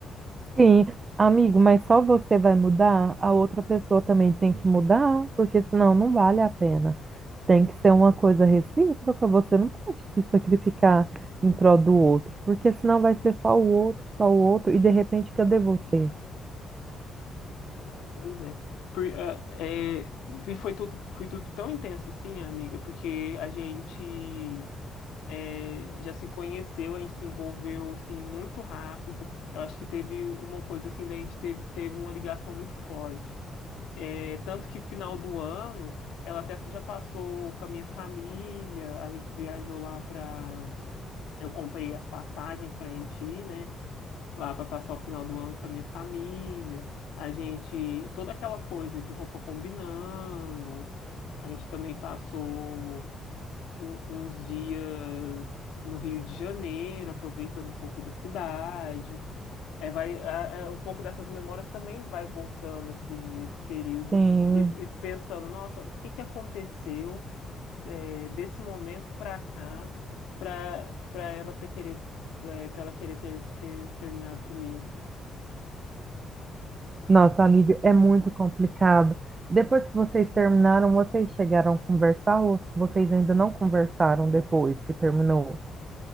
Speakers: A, on the right; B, on the left.
A: Sim, amigo, mas só você vai mudar, a outra pessoa também tem que mudar, porque senão não vale a pena. Tem que ser uma coisa recíproca, você não pode se sacrificar em prol do outro, porque senão vai ser só o outro, só o outro, e de repente cadê você?
B: É, pois é. Por- ah, é, e foi tudo, foi tudo tão intenso assim, amiga, porque a gente é, já se conheceu, a gente se envolveu assim muito rápido. Eu acho que teve uma coisa assim da gente teve, teve uma ligação muito forte. É, tanto que final do ano ela até já passou com a minha família, a gente viajou lá para, eu comprei as passagens para a gente ir, né? Lá para passar o final do ano com a minha família. A gente, toda aquela coisa de roupa combinando, a gente também passou um- uns dias no Rio de Janeiro, aproveitando um pouco da cidade. É, vai, é, é, um pouco dessas memórias também vai voltando assim nesse período
A: Sim,
B: e, e pensando, nossa, o que que aconteceu é, desse momento para cá para para ela ter querer para ela querer ter, ter terminado comigo.
A: Nossa, amiga, é muito complicado. Depois que vocês terminaram, vocês chegaram a conversar ou vocês ainda não conversaram depois que terminou?